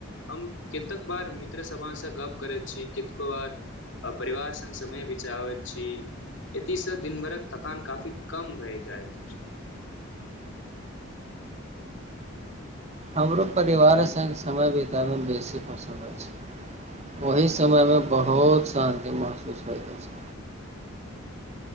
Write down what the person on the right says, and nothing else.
हमरो परिवार संग समय बितयमे बेसी पसन्द अछि ओही समयमे बहुत शान्ति महसूस होइत अछि